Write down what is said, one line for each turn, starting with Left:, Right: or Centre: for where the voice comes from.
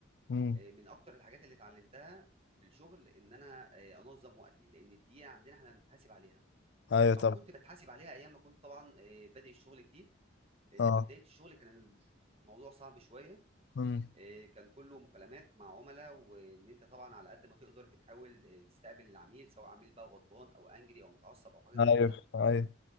Left: امم
Right: إيه، من اكتر الحاجات اللي اتعلمتها في الشغل ان انا إيه، انظم وقتي لان الدقيقه عندنا احنا بنتحاسب عليها
Left: ايوه طبعا
Right: او كنت بتحاسب عليها ايام ما كنت طبعا إيه، بادئ الشغل جديد لان
Left: اه
Right: في بدايه الشغل كان الموضوع صعب شويه
Left: امم
Right: آه، كان كله مكالمات مع عملاء وان انت طبعا على قد ما تقدر بتحاول آه، تستقبل العميل سواء عميل بقى غضبان او انجري او متعصب او حاجه زي
Left: ايوه
Right: كده
Left: ايوه